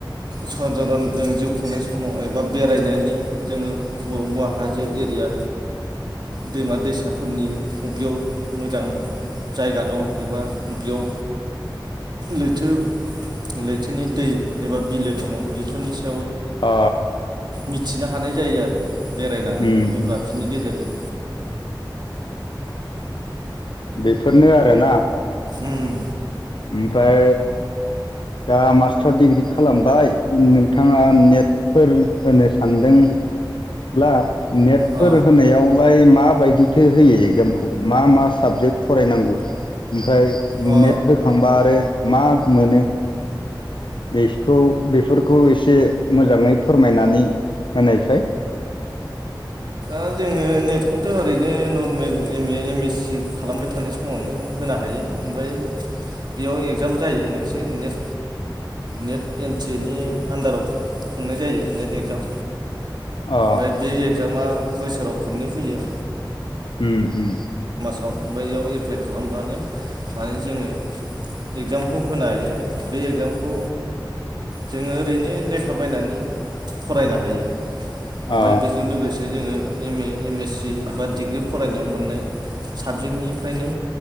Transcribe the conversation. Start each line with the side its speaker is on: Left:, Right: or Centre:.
Right: सधारन जों जिउ खुंनाय समाव एबा बेरायनायनि जोङो बबावबा हाजो एरिया दैमा दैसाफोरनि बबेयाव मोजां जायगा दं एबा बबेयाव लैथो लैथोनि दै एबा बिलो दङ' बेफोरनि सा
Left: अ।
Right: मिथिनो हानाय जायो आरो। बेरायनानै
Left: उम
Right: जुग्राफिनि
Left: उम
Right: गेजेरजों।
Left: बेफोरनो आरोना?
Right: उम
Left: ओमफ्राय दा मास्टार डिग्रि खालामबाय नोंथांङा नेटफोर होनो सानदोंब्ला नेटफोर
Right: अ
Left: होनायाव फाय माबायदिथो होयो एग्जामखौ मा मा साबजेक्ट फरायनांगौ ओमफ्राय
Right: अ
Left: नेट थामबा आरो मा मोनो बेसखौ बेफोर खौ एसे मोजांङै फोरमायनानै होनायसाय
Right: दा जोंङो नेटखौथ' ओरैनो normal M A M S C खालामबाय थानाय समावनो होनो हायो। ओमफाय बेयाव एगजाम जायो मोनसे net net N T A नि आन्दाराव खुंनाय जायो नेट एग्जाम।
Left: अ
Right: बाय बे एगजामा बोसोराव खननै फैयो।
Left: उम उम
Right: याव ओमबाय बेयाव एप्लाइ खालामबानो माने जोंङो इगजामखौ होनो हायो आरो। बे एग्जामखौ जोंङो ओरैनो लेखा बायनानै फरायनो हायो। ओमफ्राय
Left: अ
Right: बेजों लोगोसे जोंङो एम ए एम एस दि एबा डिग्रि फरायनायाव मोननाय साबजेक्टनिफ्रायनो